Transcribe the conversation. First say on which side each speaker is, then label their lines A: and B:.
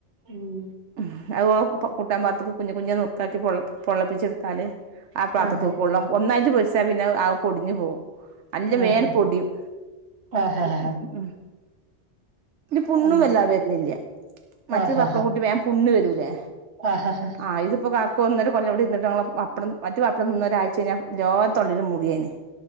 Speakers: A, on the right; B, on the right.
A: ഉം
B: ഉം അങ്ങു കൂട്ടാൻപത്രത്തിൽ കുഞ്ഞ് കുഞ്ഞ് നുർകാക്കി പൊള്ള പൊള്ളപ്പിച്ചെടുത്താലെ ആ പാത്രത്തൂക്ക്
A: ആഹ്
B: <unintelligible> ഒന്നായിട്ട് പൊരി <unintelligible> പിന്നെ ആകെ പൊടിഞ്ഞു പോവും. അല്ല വേഗം
A: ആഹ്
B: പൊടിയും
A: ആഹ്
B: <unintelligible>
A: ആഹ്
B: ഉം. ഇതില് പുണ്ണും
A: ഉം
B: വല്ലാതെ വരുന്നില്ല മറ്റേ
A: ആഹ്
B: പപ്പടം കൂട്ടി വേം പുണ്ണ് വരും. ല്ലെ
A: ആഹ്
B: ആ ഇത്പ്പ കാ ഒ ഒന്നൊരു കൊല്ല കൂടി ഇന്നിട്ട്ഞ പപ്പടംറ്റ പപ്പംന്ന ഒരാഴ്ച്ച് കഴിഞ്ഞാ ലോത്തൊള്ളും മുറിയേനെ